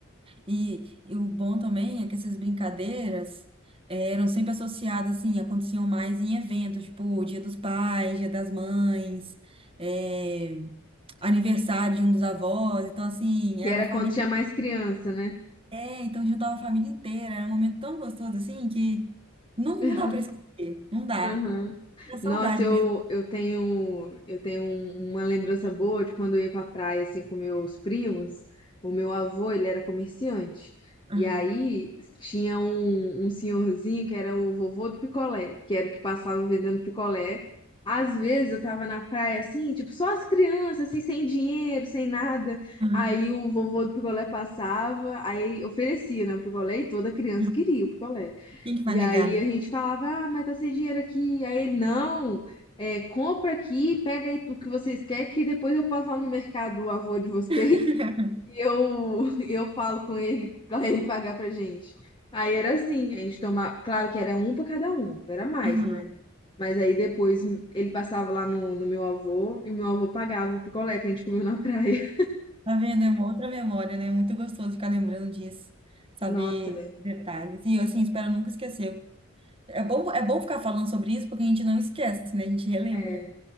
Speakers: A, on the right; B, on the left.
A: E, e o bom também é que essas brincadeiras eh, eram sempre associadas, assim, aconteciam mais em eventos, tipo Dia dos Pais, Dia das Mães, eh, aniversário de um dos avós. Então, assim,
B: Que
A: era
B: era
A: a família
B: quando tinha mais criança, né?
A: inteira, então juntava a família inteira. Era um momento tão gostoso, assim, que não,
B: <laughs>
A: não dá pra esquecer, não dá.
B: Aham.
A: É saudade
B: Nossa, eu,
A: mesmo.
B: eu tenho eu tenho um- uma lembrança boa de quando eu ia pra praia assim com meus primos. O meu avô, ele era comerciante. E
A: Aham,
B: aí tinha um, um senhorzinho que era o vovô do picolé, que era o que passava vendendo picolé. Às vezes eu tava na praia assim, tipo, só as crianças, assim, sem dinheiro, sem nada.
A: aham,
B: Aí o vovô do picolé passava, aí oferecia, né, o picolé e toda criança
A: aham.
B: queria o picolé.
A: Quem que vai
B: E
A: negar,
B: aí
A: né?
B: a gente falava, ah, mas tá sem dinheiro aqui. Aí ele, não, é, compra aqui, pega aí o que vocês querem, que depois eu passo lá no mercado, o avô de vocês,
A: <laughs>
B: <laughs> e eu, eu falo com ele pra ele pagar pra gente. Aí era assim, a gente tomava, claro que era um pra cada um, era mais,
A: Aham.
B: né? Mas aí depois ele passava lá no, no meu avô e meu avô pagava o picolé que a gente comeu na praia.
A: Tá vendo? É uma outra memória, né? É Muito gostoso ficar lembrando disso, saber
B: <laughs> Nossa, é.
A: detalhes. E eu, assim, espero nunca esquecer. É bom, é bom ficar falando sobre isso porque a gente não esquece, né? A gente relembra.
B: É,